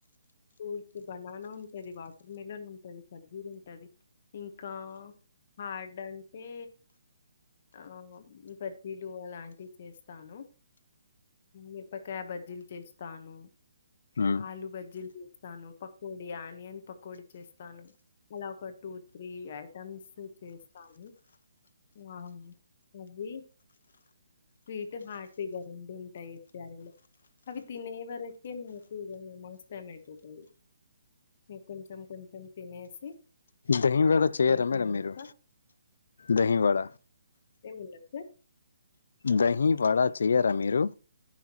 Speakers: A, on the left; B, on the left.
A: ఫ్రూట్ బనానా ఉంటది వాటర్ మెలన్ ఉంటది కజ్జీర్ ఉంటది ఇంకా హార్డ్డంటే ఆ బజ్జీలు అలాంటివి చేస్తాను మిరపకాయా బర్జిల్ చేస్తాను
B: ఉమ్.
A: ఆలు బజ్జీలు చేస్తాను పకోడి ఆనియన్ పకోడి చేస్తాను అలా ఒక టూ త్రీ ఐటమ్స్ చేస్తాను ఆ అది స్వీట్ హార్ట్ ఇగా రెండి ఉంటాయి ఎస్త్యారలో అవి తినే వరకే మాకు నమస్ టైమ్ అయిపోతది అవి మీ కొంచెం కొంచెం తినేసి
B: దహివాడ
A: నమాజ్
B: చేయార
A: చేసినంక
B: మేడం మీరు దహివాడ
A: ఏం వడ సార్
B: దహి వాడా చెయ్యరా మీరు